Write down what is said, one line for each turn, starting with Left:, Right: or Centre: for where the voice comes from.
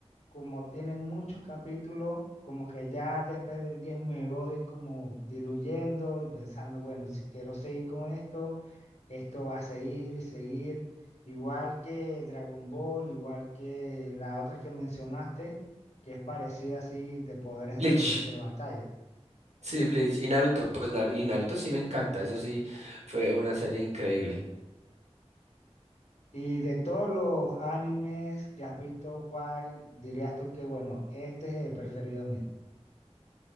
Left: como tiene muchos capítulos, como que ya después del 10 me voy como diluyendo y pensando, bueno, si quiero seguir con esto, esto va a seguir y seguir. Igual que Dragon Ball, igual que la otra que mencionaste, que es parecida así de poderes
Right: Bleach.
Left: de de batalla.
Right: Sí, Bleach y Naruto, pues Naru- y Naruto sí me encanta, eso sí fue una serie increíble.
Left: Y de todos los animes que has visto, ¿cuál dirías tú que, bueno, este es el preferido mío?